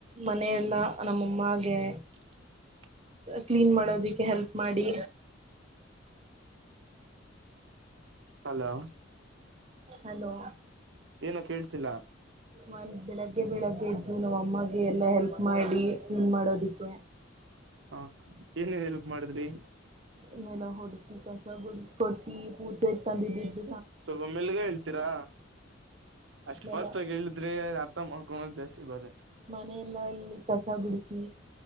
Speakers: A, on the right; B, on the right.
A: ಮನೆಲ್ಲ ನಮ್ಮಮ್ಮಾಗಗೆ
B: ಹ್ಮ್
A: ಕ್ಲೀನ್ ಮಾಡೋದಿಕ್ಕೆ ಹೆಲ್ಪ್ ಮಾಡಿ
B: ಹಲೋ
A: ಹಲೋ
B: ಏನ ಕೇಳ್ಸಿಲ್ಲ
A: ಒಂದ ಬೆಳಿಗ್ಗೆ ಬೆಳಗ್ಗೆ ಎದ್ದು ನಮ್ಮ ಅಮ್ಮಗೆ ಎಲ್ಲ ಹೆಲ್ಪ್ ಮಾಡಿ ಕ್ಲೀನ್ ಮಾಡೋದಿಕ್ಕೆ
B: ಹಾ ಏನೇನ್ ಹೆಲ್ಪ್ ಮಾಡಿದ್ರಿ
A: ನ್ನೆಲ್ಲ ಹೊಡಸಿ ಕಸ ಗುಡಿಸಕೊಟ್ಟಿ ಪೂಜೆಗೆ ತಂದಿದ್ದಿದ್ದ
B: ಸ್ವಲ್ಪ ಮೆಲ್ಗ ಹೇಳ್ತೀರಾ ಅಷ್ಟ್
A: ನೆಲ
B: ಫಸ್ಟ್ ಆಗಿ ಹೇಳಿದ್ರೆ ಅರ್ಥಮಾಡಿಕೊಳ್ಳುವ ಜಾಸ್ತಿ ಬಾದೆ
A: ಮನೆಯೆಲ್ಲ ಅಲ್ಲಿ ಕಸ ಗುಡಿಸಿ